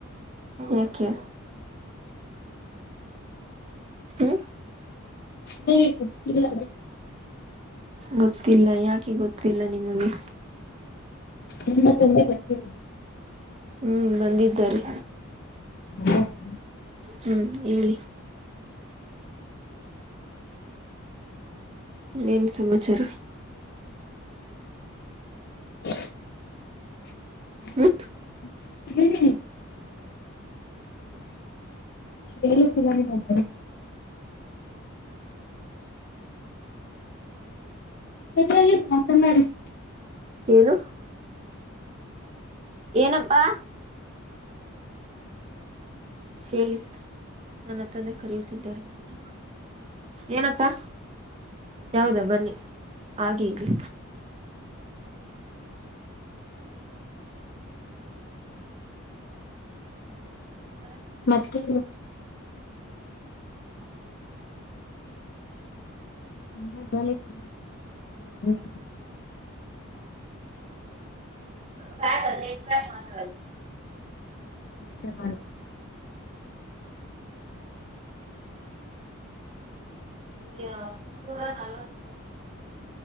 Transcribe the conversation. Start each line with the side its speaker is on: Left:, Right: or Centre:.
Right: ಯೆಕೆ ಹ್ಮ
Left: ನ ಗೊತ್ತಿಲ್ಲ
Right: ಗೊತ್ತಿಲ್ಲ ಯಾಕೆ ಗೊತ್ತಿಲ್ಲ ನಿಮಗೆ
Left: ನಿ ಮತ್ತೊಂದೆ ಬ
Right: ಹ್ಮ್ ಬಂದಿದ್ದಾರೆ
Left: ಹ
Right: ಹ್ಮ್ ಹೇಳಿ ಇನ್ನೇನ್ ಸಮಾಚಾರ
Left: <unintelligible>
Right: ಹ್ಮ
Left: ಕಕ್ಕಲ ನಿಮ್ಮರೆ ಸರಿಯಾಗಿ ಮಾತನಾಡಿದ
Right: ಏನು ಏನಪ್ಪಾ ಹೇಳಿ ನನ್ನ ತಂದೆ ಕರಿಯುತ್ತಿದ್ದಾರೆ ನನ್ನ ಏನಪ್ಪಾ ಯಾವದಾ ಬನ್ನಿ ಹಾಗೆ ಈಗೆ ಹ
Left: ಮತ್ತೆ ಉದ
Right: ಕಾಯ ಚ ನ ಕಸ್ ಮಾಡ
Left: ನಡಿ
Right: ಮುನ್ನೂರ ನೊತ್ತು